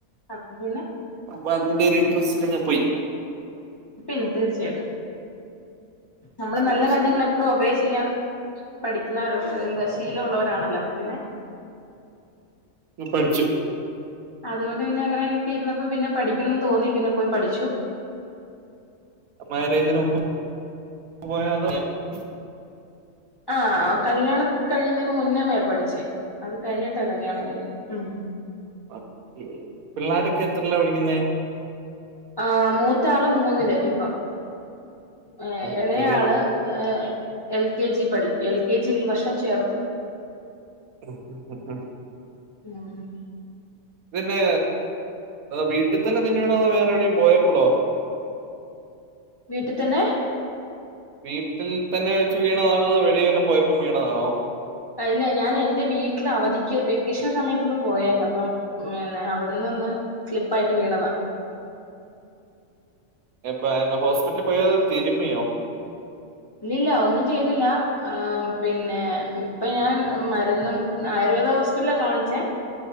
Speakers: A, on the left (about 35°); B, on the right (about 85°).
A: അപ്പപ്പിന്നെ
B: അപ്പതിന്റെയൊര് ഇൻട്രെസ്റ്റിലങ്ങുപോയി.
A: പ്പിന്നെ തീർച്ചയായിട്ടും. നമ്മള്
B: ശരി
A: നല്ല കാര്യങ്ങളെപ്പളും
B: ശരി
A: ഒപേ ചെയ്യാൻ - പഠിക്കുന്നവരോ എന്താചെ- ശീലവൊള്ളവരാണല്ലോ അപ്പപ്പിന്നെ
B: മ് പഠിച്ചു.
A: അതുകൊണ്ട് പിന്നെ അങ്ങനയൊക്കെ ഇരുന്നപ്പോ പിന്നെ പഠിക്കണമെന്ന് തോന്നി പിന്നെപ്പോയി പഠിച്ചു.
B: മാരേജിനുമ്പും <unintelligible>
A: ആ കല്യാണം കഴിയുന്നേന് മുന്നമെ പഠിച്ചേ അത് കഴിഞ്ഞിട്ടാ കല്യാണം കഴിഞ്ഞേ ഉം
B: ഓകെ പിള്ളേരൊക്കെ എത്രലാ പഠിക്കുന്നെ?
A: ആ മൂത്ത ആള് മൂന്നില് ഇപ്പം. ഏ എളേ
B: ഓക്കെ
A: ആള് ഏ ൽ കെ ജി പഠി ൽ കെ ജിൽ ഈ വർഷം ചേർത്തു.
B: <unintelligible>
A: അ അ
B: പിന്നെ വീട്ടിതന്നെ തിന്നുവാണോ അതൊ വേറെവിടെങ്കിലും പോയപ്പളോ?
A: വീട്ടിത്തന്നെ
B: വീട്ടിൽത്തന്നെ വെച്ച് വീണതാണോ അതൊ വെളീൽ വല്ലോം പോയപ്പോ വീണതാണോ?
A: അല്ല ഞാനെന്റെ വീട്ടിൽ അവധിക്ക് വെക്കേഷൻ സമെത്തൊന്നു പോയായിരുന്നു അപ്പം പിന്നെ അവിടുന്നൊന്ന്‌ സ്ലിപ് ആയിട്ട് വീണതാ.
B: എപ്പ എനഹോസ്പിറ്റലിൽ പോയോ അതൊ തിരുമ്മിയോ?
A: ഇല്ലില്ല ഒന്നും ചെയ്തില്ലാ ആമ് പിന്നെ ഇപ്പ ഞാൻ മരുന്നും ആയുർവേദ ഹോസ്പിറ്റലില കാണിച്ചേ